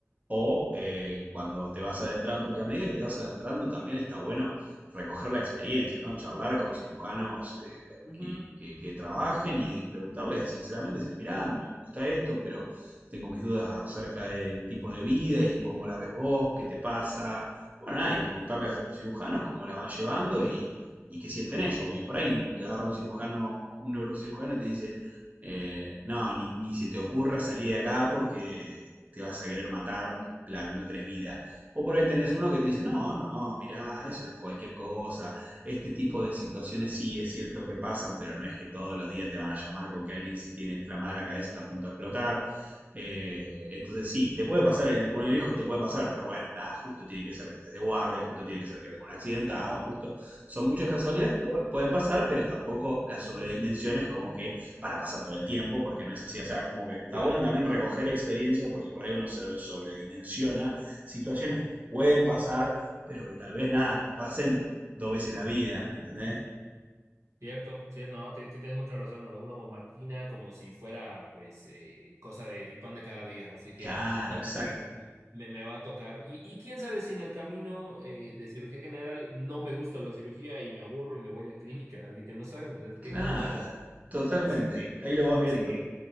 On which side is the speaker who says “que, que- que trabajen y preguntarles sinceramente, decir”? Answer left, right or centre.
Right